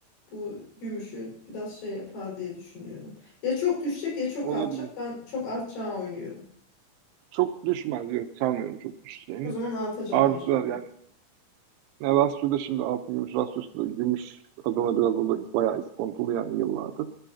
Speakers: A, on the left; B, on the right.
A: Bu gümüşü biraz şey yapar diye düşünüyorum. Ya çok düşecek ya çok
B: Olabilir.
A: artacak. Ben çok artacağı oynuyorum.
B: Çok düşmez. Yok sanmıyorum çok düşeceğini.
A: O zaman artacak
B: Artılar
A: mecburen.
B: yani. Ne, Rasyo'da şimdi altın gümüş, Rasyo'su da gümüş Adana biraz o da bayağı iskontolu yani yıllardır.